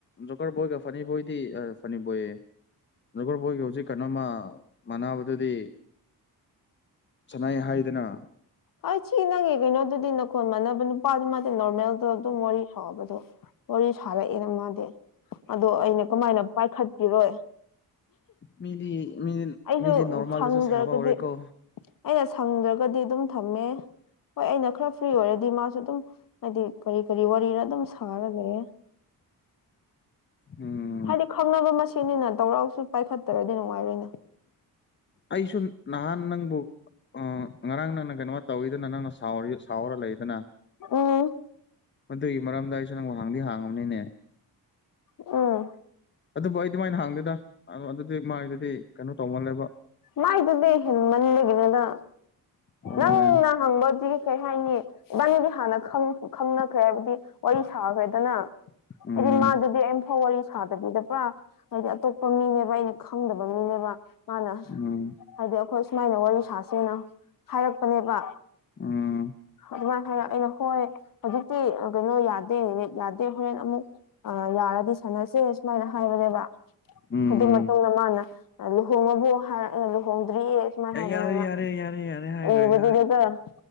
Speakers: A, on the left; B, on the left.
A: ꯖꯣꯀꯔ ꯕꯣꯏꯒ ꯐꯅꯤ ꯕꯣꯏꯗꯤ ꯐꯅꯤ ꯕꯣꯏꯌꯦ ꯅꯒꯕꯣꯏꯒꯤ ꯍꯧꯖꯤꯛ ꯀꯩꯅꯣꯝꯃ ꯃꯅꯕꯗꯗꯤ ꯁꯅꯥꯏ ꯍꯥꯏꯗꯅ
B: ꯑꯩ ꯆꯤ ꯅꯪꯒꯤ ꯀꯩꯅꯣꯗꯨꯗꯤ ꯅꯈꯣꯜ ꯃꯥꯟꯅꯕ ꯅꯨꯄꯥꯗꯨꯃꯗꯤ ꯅꯣꯔꯃꯦꯜꯗ ꯑꯗꯨꯝ ꯋꯥꯔꯤ ꯁꯥꯥꯎꯕꯗꯣ꯫ ꯋꯥꯔꯤ ꯁꯥꯔꯛꯑꯦꯅ ꯃꯥꯗꯤ ꯑꯗꯣ ꯑꯩꯅ ꯀꯃꯥꯏꯅ ꯄꯥꯏꯈꯠꯄꯤꯔꯣꯏ
A: ꯃꯦꯗꯤ ꯃꯤ
B: ꯑꯩꯁꯨ
A: ꯃꯤꯗꯤ ꯅꯣꯔꯃꯦꯜꯗꯁꯨ
B: ꯁꯪꯖ꯭ꯔꯒꯗꯤ
A: ꯁꯥꯕ ꯍꯧꯔꯦꯀꯣ
B: ꯑꯩꯅ ꯁꯪꯗ꯭ꯔꯒꯗꯤ ꯑꯗꯨꯝ ꯊꯝꯃꯦ ꯍꯣꯏ ꯑꯩꯅ ꯈꯔ ꯐ꯭ꯔꯤ ꯑꯣꯏꯔꯗꯤ ꯃꯥꯁꯨ ꯑꯗꯨꯝ ꯍꯥꯏꯗꯤ ꯀꯔꯤ ꯀꯔꯤ ꯋꯥꯔꯤꯔ ꯑꯗꯨꯝ ꯁꯥꯔꯒꯦ
A: ꯎꯝ
B: ꯍꯥꯏꯗꯤ ꯈꯪꯅꯕ ꯃꯁꯦꯟꯅꯤꯅ ꯇꯧꯔꯛꯁꯨ ꯄꯥꯏꯈꯠꯇ꯭ꯔꯗꯤ ꯅꯨꯡꯉꯥꯏꯔꯣꯏꯅꯦ꯫
A: ꯑꯩꯁꯨ ꯅꯍꯥꯟ ꯅꯪꯕꯨ ꯑ ꯉꯔꯥꯡ ꯅꯪꯅ ꯀꯩꯅꯣꯃ ꯇꯧꯋꯤꯗꯅ ꯅꯪꯅꯥꯎꯔꯤ ꯁꯥꯎꯔ ꯂꯩꯗꯅ
B: ꯎꯝ
A: ꯃꯗꯨꯒꯤ ꯃꯔꯝꯗ ꯑꯩꯁꯨ ꯅꯪ ꯋꯥꯍꯥꯡꯗꯤ ꯍꯥꯡꯉꯅꯤꯅꯦ
B: ꯎꯝ
A: ꯑꯗꯨꯕꯨ ꯑꯩꯗꯤ ꯃꯥꯏꯅ ꯍꯥꯡꯗꯦꯗ ꯑꯗꯨꯗꯤ ꯃꯥꯒꯤꯗꯨꯗꯤ ꯀꯩꯅꯣ ꯇꯧꯃꯜꯂꯦꯕ
B: ꯃꯥꯏꯗꯨꯗꯤ ꯍꯦꯟꯃꯟꯕꯒꯤꯅꯅ
A: ꯍꯣꯏ
B: ꯅꯪꯅ ꯍꯪꯕꯗꯤ ꯀꯩ ꯍꯥꯏꯅꯤ ꯏꯕꯥꯅꯤꯗꯤ ꯍꯥꯟꯅ ꯈꯪꯅꯈ꯭ꯔꯦ ꯍꯥꯏꯕꯗꯤ ꯋꯥꯔꯤ ꯁꯥꯈ꯭ꯔꯦꯗꯅ
A: ꯎꯝ
B: ꯑꯩꯗꯤꯃꯥꯗꯨꯗꯤ ꯑꯝ ꯐꯥꯎ ꯋꯔꯤ ꯁꯥꯗꯕꯤꯗꯕ꯭ꯔꯥ ꯍꯥꯏꯗꯤ ꯑꯇꯣꯞꯄ ꯃꯤꯅꯦꯕ ꯑꯩꯅ ꯈꯪꯗꯕ ꯃꯤꯅꯦꯕ ꯃꯥꯅ
A: ꯎꯝ
B: ꯍꯥꯏꯗꯤ ꯑꯩꯈꯣꯏ ꯁꯨꯃꯥꯏꯅ ꯋꯥꯔꯤ ꯁꯥꯁꯦꯅ ꯍꯥꯏꯔꯛꯄꯅꯦꯕ
A: ꯑ
B: ꯑꯗꯨꯃꯥꯏꯅ ꯍꯥꯏꯔꯛ ꯑꯩꯅ ꯍꯣꯏ ꯍꯧꯖꯤꯛꯇꯤ ꯀꯩꯅꯣ ꯌꯥꯗꯦ ꯌꯥꯗꯦ ꯍꯣꯔꯦꯟ ꯑꯃꯨꯛ ꯌꯥꯔꯗꯤ ꯁꯥꯟꯅꯁꯦ ꯁꯨꯃꯥꯏꯅ ꯍꯥꯏꯕꯅꯦꯕ
A: ꯎꯝ
B: ꯑꯗꯨ ꯃꯇꯨꯡꯗ ꯃꯥꯅ ꯂꯨꯍꯣꯡꯉꯣꯕꯨ ꯍꯥꯏꯔ ꯂꯨꯍꯣꯡꯗ꯭ꯔꯤꯌꯦ ꯁꯨꯃꯥꯏꯅ ꯍꯥꯏꯕꯅꯦꯅ
A: ꯌꯥꯔꯦ ꯌꯥꯔꯦ ꯌꯥꯔꯦ ꯌꯥꯔꯦ ꯍꯥꯏꯔꯣꯏꯒ
B: ꯎꯕꯗꯨꯅꯦꯀ